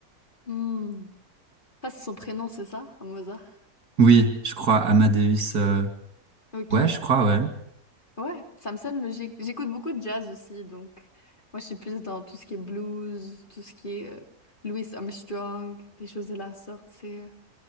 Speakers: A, on the left; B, on the right.
A: Hmm. Ça, c'est son prénom, c'est ça, Mozart?
B: Oui, je crois Amadeus.
A: Euh,
B: euh,
A: Ok.
B: Ouais, je crois, ouais.
A: Ouais, ça me sonne logique. J'écoute beaucoup de jazz aussi, donc moi, je suis plus dans tout ce qui est blues, tout ce qui est euh, Louis Armstrong, des choses de la sorte. C'est euh,